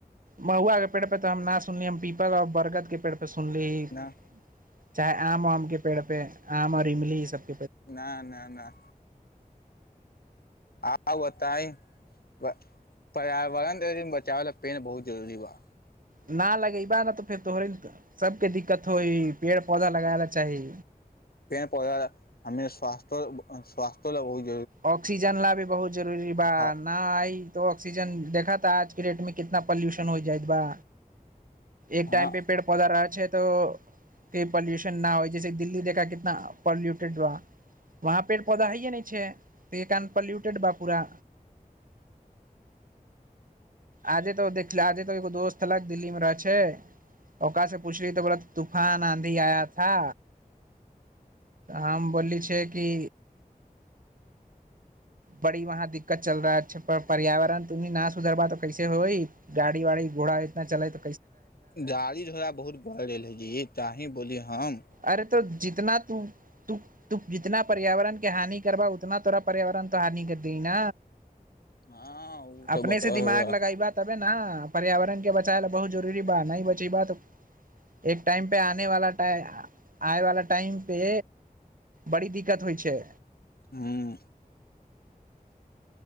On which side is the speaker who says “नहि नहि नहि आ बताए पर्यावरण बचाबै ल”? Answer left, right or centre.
Left